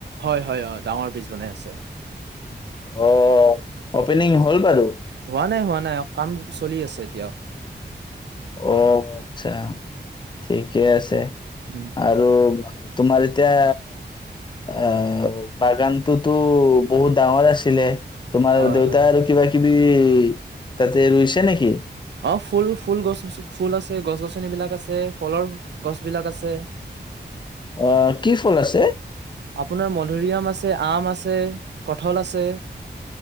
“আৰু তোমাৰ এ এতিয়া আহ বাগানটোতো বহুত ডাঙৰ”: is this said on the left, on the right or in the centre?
Left